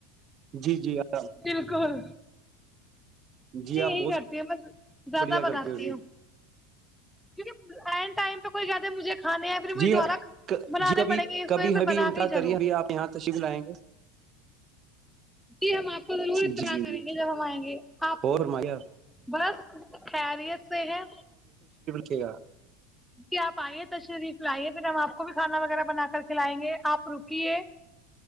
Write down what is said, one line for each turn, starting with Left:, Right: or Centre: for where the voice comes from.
Right: جی جی آپ
Centre: بالکل
Right: جی
Centre: میں
Right: آپ
Centre: یہی
Right: بہت
Centre: کرتی ہوں میں زیادہ
Right: بڑھیا
Centre: بناتی
Right: کرتے ہو جی
Centre: ہوں کیک ٹائم پہ کوئی ج مجھے کھانے پھر
Right: جی
Centre: مے دوبارہ بنانے
Right: جی کبھی
Centre: پڑیں گے اس
Right: کبھی
Centre: وجہ سے
Right: ابھی
Centre: بنا
Right: انتظار
Centre: کے ہی چلو
Right: کریے ابھی آپ یہاں تشریف لائیں گے
Centre: جی ہم آپ کو ضرور
Right: جی
Centre: اطلاع
Right: جی
Centre: کریں
Right: جی
Centre: گے جب ہم آئیں گے آپ
Right: اور فرمائیے
Centre: بس خیریت سے ہے
Right: چھا
Centre: کہ آپ آئیے ت شریف لئی پھر ہم آپ کو بھی کھانا وغیرہ بنا کر کھلائیں گے آپ رکیے